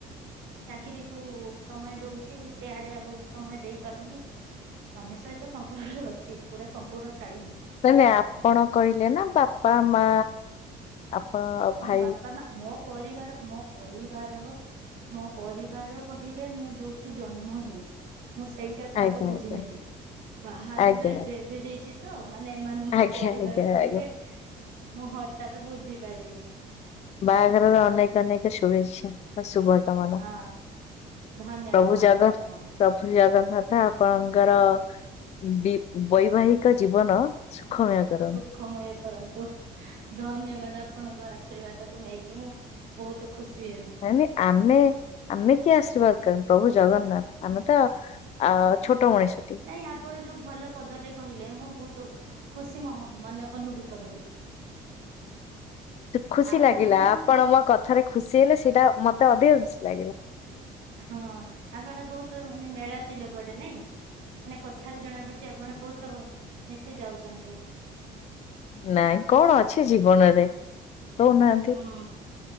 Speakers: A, on the right; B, on the left.
A: ଚାକିରିୀ କୁ ସମୟ ଦଉଛି ସେଆଡେ ଆଉ ସମୟ ଦେଇ ପାରୁନି। ସ୍ୱାମୀ ସହିତ ସମ୍ପୂର୍ଣରେ ଅଛି ପୁରା ସମ୍ପୂର୍ଣ୍ଣ ଛାଡିନି।
B: ନଇ ନାଇଁ ଆପଣ କହିଲେ ନା ବାପା ମା ଆପଣ
A: ହଁ
B: ଭାଇ।
A: ବାପା ମା ମୋ ପରିବାର ମୋ ପରିବାର ମୋ ପରିବାର କହିଲେ ମୁଁ ଯୋଉଠୁ ଜନ୍ମ ହେଇଛି ମୁଁ ସେଇ ଟାକୁ
B: ଆଜ୍ଞା
A: ଆଗ ବୁଝି
B: ଆଜ୍ଞା
A: ନେଲି ବାହାଘର
B: ଆଜ୍ଞା
A: ଏବେ ଏବେ ହେଇଛି ତ ମାନେ ଏମାନଙ୍କୁ
B: ଆଜ୍ଞା
A: ପରିବାର
B: ଆଜ୍ଞା ଆଜ୍ଞା
A: କହିଲେ
B: ଆଜ୍ଞା।
A: ମୁଁ ହଟାତ ବୁଝି ପାରିଲିନି।
B: ବାହାଘରର ଅନେକ ଅନେକ ଶୁଭେଚ୍ଛା। ଶୁଭକାମନା
A: ହଁ ଧନ୍ୟବାଦ
B: ପ୍ରଭୁ
A: ଧନ୍ୟବାଦ
B: ଯାଗା
A: ଭଉଣୀ।
B: ପ୍ର ଶ୍ରୀ ଜଗନ୍ନାଥ ଆପଣଙ୍କର ବି ବୈବାହିକ ଜୀବନ ସୁଖମୟ କରନ୍ତୁ।
A: ସୁଖମୟ କରନ୍ତୁ, ଧନ୍ୟବାଦ ଆପଣଙ୍କ ଆଶୀର୍ବାଦକୁୁ ନେଇକି ମୁଁ ବହୁତ ଖୁସି ହେଲି।
B: ଆମେ ଆମେ କିଏ ଆଶୀର୍ବାଦ କୁ ପ୍ରଭୁ ଜଗନ୍ନାଥ ଆମେ ତ ଆ ଛୋଟ ମଣିଛ ଟିଏ।
A: ନାଇଁ ଆପଣ ଯୋଉ ଭଲ ପଦଟେ କହିଲେ ମୁଁ ବହୁତ ଖୁସି ମହ ମାନେ ଅନୁଭୂତ କଲି।
B: ଖୁସି
A: ଆଉ
B: ଲାଗିଲା
A: ଭଉଣୀ
B: ଆପଣ ମୋ କଥାରେ ଖୁସି ହେଲେ ସେଇଟା ମତେ ଅଧିକ ଖୁସି ଲାଗିଲା।
A: ହଁ ଆପଣ ବହୁତ ମାନେ ମେଳାପି ଲୋକଟେ ନାଇଁ ମାନେ କଥାରୁ ଜଣା ପଡୁ ଚି ଆପଣ ବହୁତ ମିଶି ଯାଉଛନ୍ତି।
B: ନାଇଁ କଣ ଅଛି ଜୀବନରେ କହୁନାହାନ୍ତି।
A: ହଁ।